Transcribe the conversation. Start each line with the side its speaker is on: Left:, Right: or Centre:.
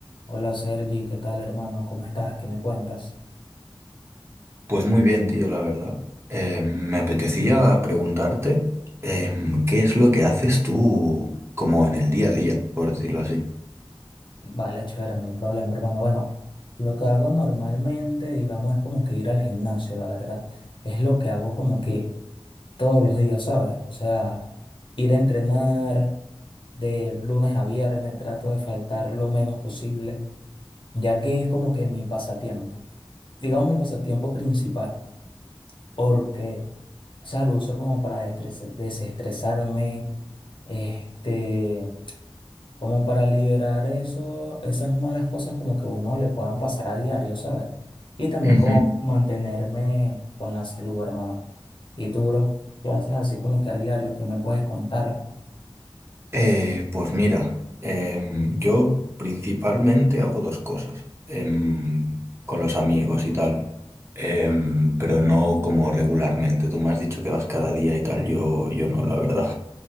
Left: Hola Sergi, ¿qué tal hermano? ¿Cómo estás? ¿Qué me cuentas?
Right: Pues muy bien, tío, la verdad. Eh, me apetecía preguntarte em, qué es lo que haces tú como en el día a día, por decirlo así.
Left: Vale, chévere, no hay problema hermano. Bueno, lo que hago normalmente, digamos, es como que ir al gimnasio, la verdad. Es lo que hago como que todos los días, ¿sabes? O sea, ir a entrenar de lunes a viernes, trato de faltar lo menos posible, ya que es como que mi pasatiempo, digamos mi pasatiempo principal, porque, o sea, lo uso como para destres- desestresarme, este como para liberar eso, esas malas cosas como que uno le puedan pasar a diario, ¿sabes? Y también
Right: Ujú.
Left: como mantenerme con la salud, hermano. Y tú, bro, ¿qué haces así como que a diario? ¿Qué me puedes contar?
Right: Eh, pues mira, em, yo principalmente hago dos cosas em, con los amigos y tal, em, pero no como regularmente. Tú me has dicho que vas cada día y tal, yo, yo no, la verdad.